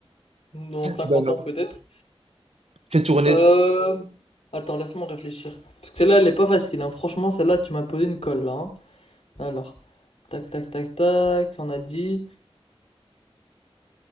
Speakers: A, on the left (about 85°); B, on the right (about 85°).
A: dans 50
B: Bah non.
A: ans peut-être.
B: Fais tourner.
A: Euh... Attends, laisse-moi réfléchir. Parce que celle-là, elle est pas facile, hein. Franchement, celle-là, tu m'as posé une colle, là. hein. Alors, tac, tac, tac, tac, on a dit...